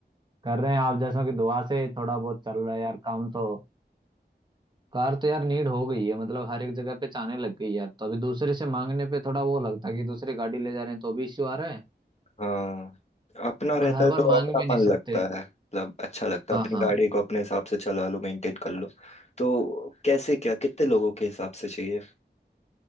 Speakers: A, on the right; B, on the left.
A: कर रहे हैं आप जैसों की दुआ से थोड़ा बहुत चल रहा है यार काम तो कार तो यार नीड हो गई है मतलब हर एक जगह पे जाने लग गई यार तो अभी दूसरे से मांगने पे थोड़ा वो लगता है कि दूसरी गाड़ी ले जा रहे हैं तो भी इश्यू आ रहा है
B: हाँ अपना रहता
A: और हर
B: है
A: बार
B: तो
A: मांग
B: अपनापन
A: भी नहीं
B: लगता
A: सकते
B: है मतलब अच्छा लगता
A: हाँ
B: है अपनी
A: हाँ
B: गाड़ी को अपने हिसाब से चला लो मेंटेन कर लो तो कैसे क्या कितने लोगों के हिसाब से चाहिए